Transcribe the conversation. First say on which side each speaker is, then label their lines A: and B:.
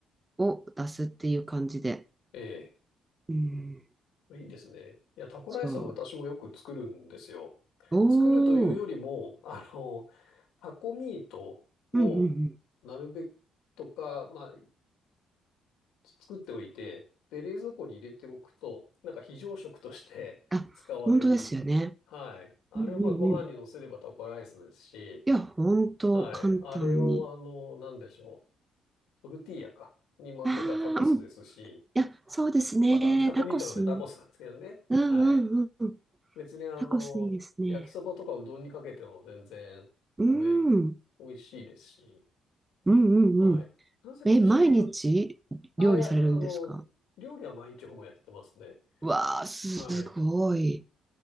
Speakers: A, on the right; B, on the left.
A: のを出すっていう感じで。
B: ええ
A: うん、
B: いいですね。いや、タコライスは私もよく作るんですよ。
A: そう。おお、
B: 作るというよりも、あの、タコミートをなるべくとか、
A: うんうんうん。
B: まあ、作っておいて、で、冷蔵庫に入れておくと、なんか非常食として使われる。
A: あ、本当ですよね。
B: はい。あれをまあご飯に乗せればタコライスですし、
A: うんうんうん。いや、本当簡単に。
B: はい。あれをあの、なんでしょう。トルティーヤか。に巻けばタコスですし、
A: ああ、うん。いや、そうですね。
B: またタコミートなんでタコスなんですけどね。
A: タコス。うんうんうんうん。
B: はい。別にあの、
A: タコスいいですね。
B: 焼きそばとかうどんにかけても全然食べ、
A: うん。うん
B: 美味しいですし、
A: うんうん。
B: はい。なぜか不思議と、
A: え、毎日料理されるんですか
B: あ、いや、あの、料理は毎日ほぼやってますね。
A: うわあ、すごい。
B: はい。